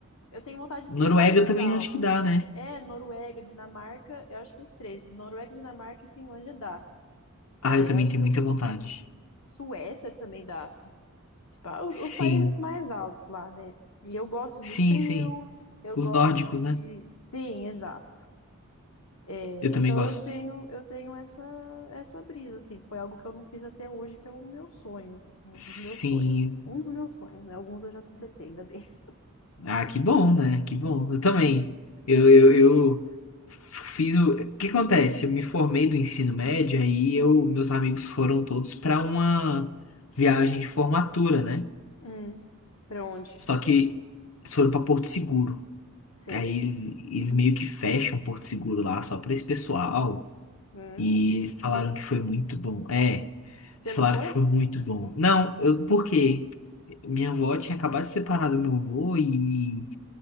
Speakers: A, on the left; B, on the left.
A: eu tenho vontade de
B: Noruega
A: ir para os países
B: também
A: altos.
B: acho que dá, né?
A: É, Noruega, Dinamarca, eu acho que os três, Noruega, Dinamarca e Finlândia dá.
B: Ah,
A: É,
B: eu também
A: eu acho
B: tenho
A: que eu,
B: muita vontade.
A: Suécia também dá, assim, se pá, os,
B: Sim,
A: os países mais altos lá, né? E eu gosto
B: sim,
A: de frio,
B: sim.
A: eu
B: Os
A: gosto
B: nórdicos,
A: de.
B: né?
A: Sim, exato. É,
B: Eu também
A: então
B: gosto.
A: eu tenho, eu tenho essa, essa brisa, assim, foi algo que eu não fiz até hoje, que é o meu sonho. Um
B: Sim.
A: dos meus sonhos. Um dos meus sonhos, né? Alguns eu já completei, ainda bem. <laughs>
B: Ah, que bom, né? Que bom. Eu também.
A: Hum,
B: Eu, eu, eu fiz o. O que acontece? Eu me formei do ensino médio, aí eu, meus amigos foram todos para uma viagem de formatura, né?
A: hum, pra onde?
B: Só que eles foram pra Porto Seguro.
A: Sei.
B: Aí eles, eles meio que fecham Porto Seguro lá só pra esse pessoal.
A: Hum,
B: E eles
A: chique.
B: falaram que foi muito bom. É, eles
A: Você não
B: falaram
A: foi?
B: que foi muito bom. Não, eu, por quê? Minha avó tinha acabado de separar do meu avô e